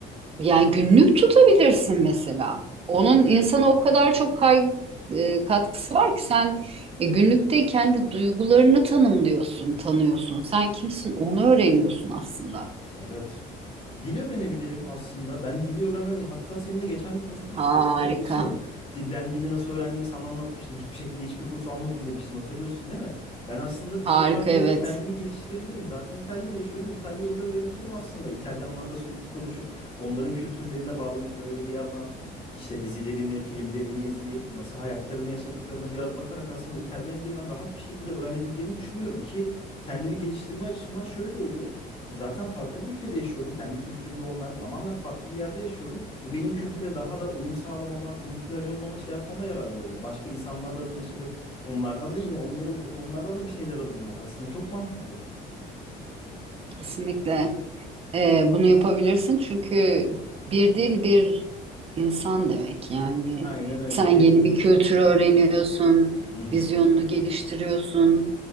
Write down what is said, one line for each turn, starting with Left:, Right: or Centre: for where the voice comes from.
Right: yani günlük tutabilirsin mesela. Onun
Left: Evet.
Right: insana o kadar çok kay- e, katkısı var ki sen e, günlükte kendi duygularını tanımlıyorsun, tanıyorsun. Sen kimsin onu öğreniyorsun aslında.
Left: Evet. Dil öğrenebilirim aslında. Ben dili öğrenme hatta seninle geçen konuşmuştuk
Right: Harika.
Left: hatırlıyor musun? Dil, ben dili nasıl öğrendiğimi sana anlatmıştım. Hiçbir şekilde hiçbir kurs almadım demiştim hatırlıyorsun değil mi? Ben aslında
Right: Harika
Left: dil öğrenmeyle
Right: evet.
Left: kendimi geliştirebilirim. Zaten İtalya'da yaşıyorum. İtalyanca öğrenebilirim aslında. İtalyanlarla sürekli konuşup onların kültürlerine bağlanıp böyle bir yandan işte dizilerini, filmlerini izleyip nasıl hayatlarını yaşadıklarına biraz bakarak aslında İtalyancayı ben rahat bir şekilde öğrenebileceğimi düşünüyorum ki kendimi geliştirme açısından şöyle oluyor. Zaten farklı bir ülkede yaşıyorum. Kendi kültürümde olmayan tamamen farklı bir yerde yaşıyorum. Bu benim kültüre daha da uyum sağlamama, kamuflaj olmama, şey yapmama yarar böyle. Başka insanlarla tanışırım. Onlardan da yine onları okurum. Onlardan da bir şeyler alırım bak. Aslında çok mantıklı.
Right: Kesinlikle. Ee, bunu yapabilirsin çünkü bir dil bir İnsan demek yani
Left: Aynen öyle.
Right: sen yeni
Left: Bir dil bir
Right: bir
Left: insan.
Right: kültürü öğreniyorsun,
Left: Hı hı.
Right: vizyonunu geliştiriyorsun.